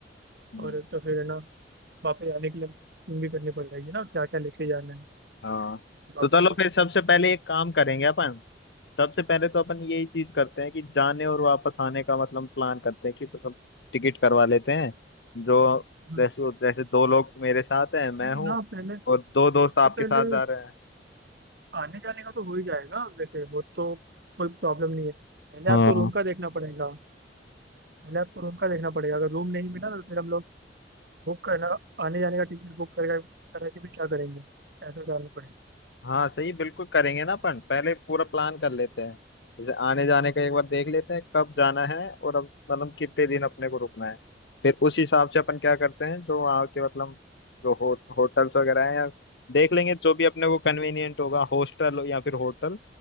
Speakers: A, on the left; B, on the right.
A: हम्म।
B: और एक तो फिर है ना वापस जाने के लिए packing भी करनी पड़ेगी ना क्या क्या लेके जाना है
A: हाँ
B: शॉपिंग
A: तो चलो
B: वगैरह
A: फिर सबसे पहले एक काम करेंगे अपन सबसे पहले तो अपन यही चीज करते हैं कि जाने और वापस आने का मतलब प्लान करते हैं कि मतलब टिकट करवा लेते हैं जो
B: हम्म,
A: जैसे जैसे दो लोग मेरे साथ हैं मैं
B: नहीं
A: हूँ
B: ना पहले
A: और दो
B: सबसे
A: दोस्त आपके
B: पहले
A: साथ जा रहे हैं
B: आने जाने का तो हो ही जाएगा वैसे वो तो कोई प्रॉब्लम नहीं है पहले
A: हाँ
B: आपको रूम का देखना पड़ेगा पहले आपको रूम का देखना पड़ेगा अगर रूम नहीं मिला ना तो फिर हम लोग बुक करना आने जाने का टिकट बुक करेगा करा के भी क्या करेंगे ऐसा करना पड़ेगा
A: हाँ सही बिल्कुल करेंगे ना अपन पहले पूरा प्लान कर लेते हैं जैसे आने जाने का एक बार देख लेते हैं कब जाना है और अब मतलब कितने दिन अपने को रुकना है फिर उस हिसाब से अपन क्या करते हैं जो वहाँ के मतलब जो हो, होटल्स वगैरह हैं या देख लेंगे जो भी अपने को कन्वीनियंट होगा हॉस्टल या फिर होटल